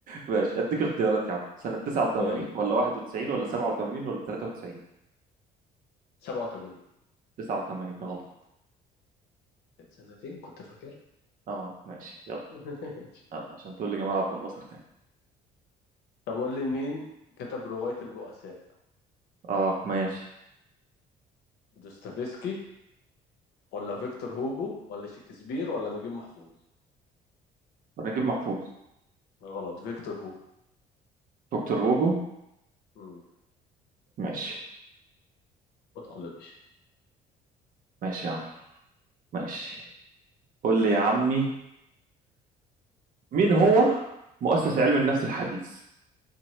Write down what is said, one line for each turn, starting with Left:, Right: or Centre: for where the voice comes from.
Right: ماشي اديك اختيارات يا عم سنة 89
Left: ماشي
Right: ولا 91 ولا 87 ولا 93
Left: 87
Right: 89 غلط
Left: كانت سنتين كنت فاكرها
Right: اه ماشي يلا
Left: <laughs> ماشي.
Right: يلا عشان تقول لي جمال عبد الناصر تاني
Left: طب قول لي مين كتب رواية البؤساء
Right: اه ماشي
Left: دوستويفسكي ولا فيكتور هوجو ولا شكسبير ولا نجيب محفوظ
Right: نجيب محفوظ
Left: غلط فيكتور هوجو
Right: دكتور هوجو
Left: امم
Right: ماشي
Left: ادخل يا باشا
Right: ماشي يا عم ماشي قول لي يا عمي مين هو مؤسس علم النفس الحديث